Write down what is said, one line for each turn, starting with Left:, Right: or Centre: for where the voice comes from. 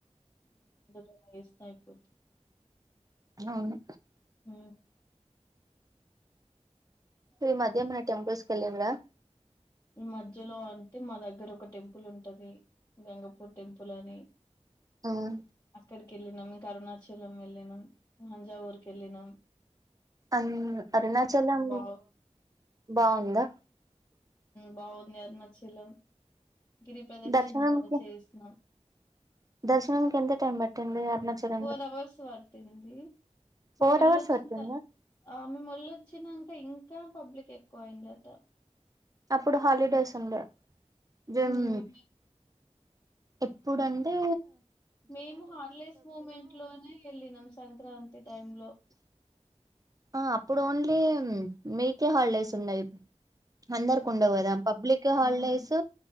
Left: భుజం వేసి తాయిపోత్తు.
Right: అవును.
Left: ఊ
Right: ఈ మధ్య ఏమైనాటెంపుల్స్ కి వెళ్ళిరా
Left: ఈ మధ్యలో అంటె, మా దగ్గర ఒక టెంపుల్ ఉంటది, గంగపూర్ టెంపుల్ అని.
Right: ఉమ్
Left: అక్కడికి ఏళ్ళినాము.. కరుణాచలం వెళ్ళినాం. ముంజావూరుకి ఏళ్ళినాం.
Right: అన్ అరుణాచలం
Left: బాగు
Right: బాగుందా.
Left: బావుంది అరుణాచలం. గిరి ప్రదక్షిణ
Right: దర్శనంకి
Left: కూడా చేసినాం
Right: దర్శనంకి ఎంత టైం పట్టింది అరుణాచలంలో
Left: ఫోర్ అవర్స్ పట్టింది. మేము
Right: ఫోర్
Left: వెళ్లొచ్చిన
Right: అవర్స్ పట్టిందా
Left: తరువా మేము వెళ్లొచ్చినాక ఇంకా. ఇంకా పబ్లిక్ ఎక్కువ అయిందటా.
Right: అప్పుడు హాలిడేస్ ఉండే. జనంము
Left: మ్
Right: ఇప్పుడు అంటే
Left: మేము హాలిడేస్ మూమెంట్ లోనే వెళ్ళినము సంక్రాంతి టైం లో.
Right: ఆ అప్పుడు ఓన్లీ మీకే హాలిడేస్ ఉన్నాయి. అందరకుండవు
Left: మ్
Right: కదా పబ్లిక్ హాలిడేస్.
Left: మ్